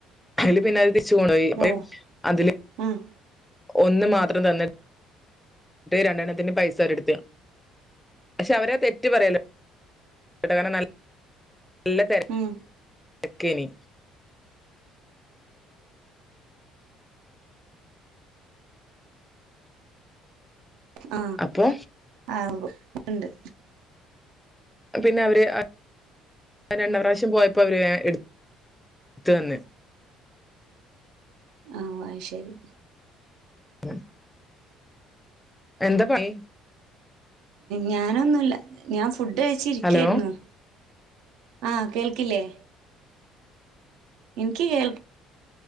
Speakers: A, in the centre; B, on the right.
A: അതില് പിന്നെ അത്
B: ഓഹ്
A: അതില്
B: ഉം
A: ഒന്ന് മാത്രം തന്നെ രണ്ടെണ്ത്തിന് പൈസ അവർ എടുത്ത് പക്ഷെ അവരെ തെറ്റ് പറയല്ലോ <unintelligible> നല്ല നല്ലതിര
B: ഉം
A: ക്കേനി
B: ആഹ
A: അപ്പൊ
B: ആഹ ഇണ്ട്..
A: പിന്നെ അവര് അ.. രണ്ട പ്രാവശ്യം പോയപ്പോൾ അവർ ഇടുത്ത് തന്ന്..
B: ആഹ ആയി ശെരി..
A: മ്മ് എന്താ പണി..
B: ഞാനൊന്നുല്ല ഞാൻ ഫുഡ് കഴിച് ഇരിക്കായിരുന്നു..
A: ഹലോ
B: ആഹ കേൾക്കില്ലേ.. ഇനിക്ക് കേൾ..